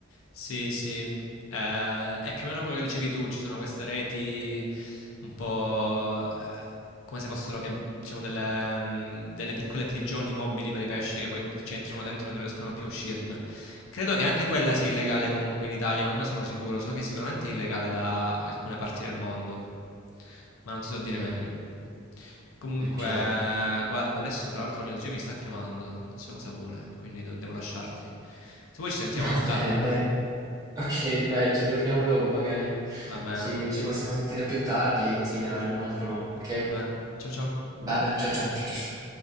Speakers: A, on the left; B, on the right.
A: Sì, sì, Eh, è più o meno quello che dicevi tu, ci sono queste reti un po' eh, come se fossero che, diciamo, delle, mm, delle piccole prigioni mobili per i pesci che poi ci entrano dentro e non riescono più a uscirne. Credo che anche quella sia illegale comunque in Italia, ma non ne sono sicuro, so che sicuramente è illegale da alcune parti del mondo, ma non ti so dire
B: Mm,
A: meglio. Comunque,
B: ok,
A: guarda, adesso tra l'altro mio zio mi sta chiamando, non so cosa vuole, quindi do- devo lasciarti. Se vuoi ci sentiamo
B: <laughs>
A: più
B: va
A: tardi.
B: bene, dai. Ok, dai, ci aggiorniamo dopo magari.
A: Va bene,
B: Ci, ci possiamo sentire più tardi, così ne parliamo un altro po', ok?
A: va bene. Ciao ciao.
B: Va bene, ciao ciao ciao ciao. ciao.